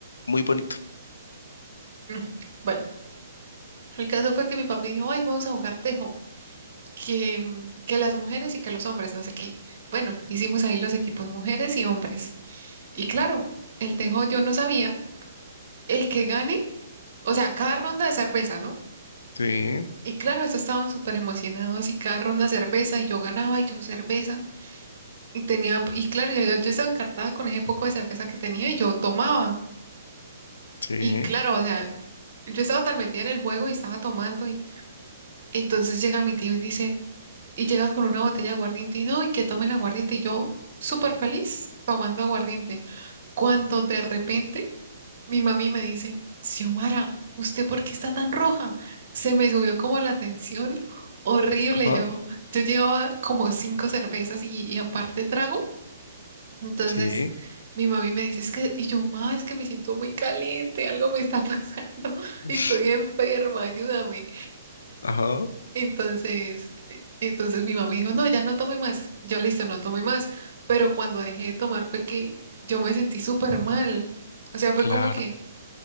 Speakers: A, on the left; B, on the right.
A: muy bonito.
B: mm, bueno, el caso fue que mi papi dijo, ay, vamos a jugar tejo. Que, mm, que las mujeres y que los hombres, no sé qué. Bueno, hicimos ahí los equipos mujeres y hombres. Y claro, el tejo yo no sabía. El que gane, o sea, cada ronda de cerveza, ¿no?
A: Sí,
B: Y claro, eso estaban súper emocionados y cada ronda cerveza y yo ganaba y yo cerveza. Y tenía, y claro, yo, yo yo estaba encartada con ese poco de cerveza que tenía y yo tomaba.
A: sí,
B: Y claro, o sea, yo estaba tan metida en el juego y estaba tomando y entonces llega mi tío y dice, y llega con una botella de aguardiente y no, y que tomen aguardiente. Y yo súper feliz tomando aguardiente. Cuando de repente Mi mami me dice, Xiomara, ¿usted por qué está tan roja? Se me subió como la tensión horrible.
A: ajá,
B: Yo, yo llevaba como cinco cervezas y, y aparte trago. Entonces
A: sí,
B: mi mami me dice, es que, y yo, ma, es que me siento muy caliente, algo me está pasando, <laughs>
A: <laughs>
B: estoy enferma, ayúdame.
A: ajá,
B: Entonces, eh, entonces mi mami dijo, no, ya no tome más. Yo, listo, no tome más. Pero cuando dejé de tomar fue que yo me sentí súper mal. O sea, fue
A: claro.
B: como que